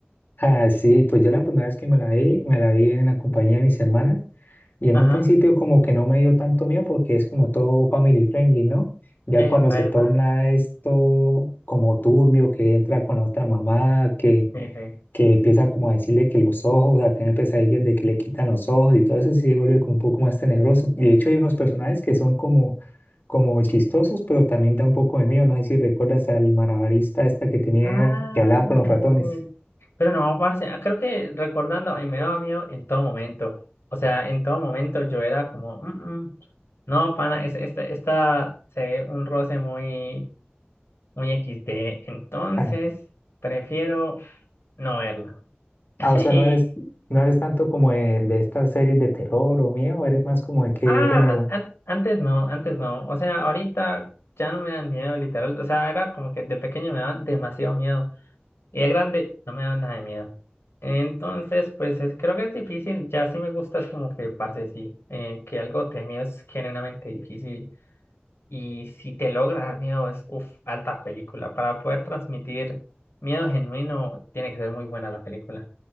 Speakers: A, on the left; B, on the left.
A: Ah, sí, pues yo la primera vez que me la vi, me la vi en la compañía de mis hermanas. Y en
B: Ajá,
A: un principio como que no me dio tanto miedo porque es como todo family friendly, ¿no? Ya cuando
B: epa,
A: se torna
B: epa.
A: esto como turbio, que entra con la otra mamá, que,
B: Sí, sí.
A: que empieza como a decirle que los ojos, a tener pesadillas de que le quitan los ojos y todo eso sí se vuelve como un poco más tenebroso. Y de hecho hay unos personajes que son como, como chistosos, pero también da un poco de miedo. No sé si recuerdas al malabarista esta que tenía,
B: Ah,
A: que hablaba con los
B: sí,
A: ratones.
B: sí, sí. Pero no, parce, ah, creo que recordando, y me daba miedo en todo momento. O sea, en todo momento yo era como, "Mm, mm, no, pana, es- esta, esta se ve un roce muy, muy XD. Entonces,
A: Ah,
B: prefiero no verla. <laughs>
A: Ah, o sea, no
B: Y,
A: eres, no eres tanto como de, de estas series de terror o miedo, eres más como de qué
B: ah,
A: género.
B: an- an- antes no, antes no. O sea, ahorita ya no me dan miedo, literal. O sea, era como que de pequeño me daban demasiado miedo. Y de grande no me da nada de miedo. Entonces, pues es- creo que es difícil. Ya sí me gusta, es como que, parce, sí, eh, que algo te dé miedo es genuinamente difícil. Y si te logra dar miedo, es, uff, alta película. Para poder transmitir miedo genuino, tiene que ser muy buena la película.